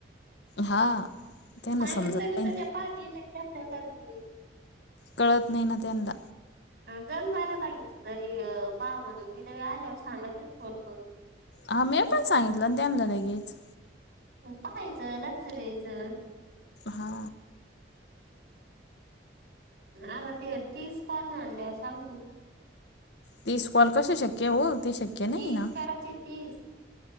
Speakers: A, on the left (about 70°); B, on the right (about 65°).
A: हा. त्यांना
B: सांगितलं
A: समजत
B: बी
A: नाही
B: तर त्या पाहती नाही लक्ष करती नाही.
A: कळतं नाही ना त्यांंना
B: जरी बार सांगितलं तरी पहा म्हणून मी जरी आल्यावर सांगा तेच फोन करून
A: हा मी पण सांगितलं तेमलं लगेच
B: पहायचं लक्ष द्यायचं
A: हा
B: आता ते तीच कोॉण मानल्यावर सांग तू
A: ती स्कॉल कस शक्य हो ते शक्य नाही
B: तीस
A: ना
B: करायचे तीस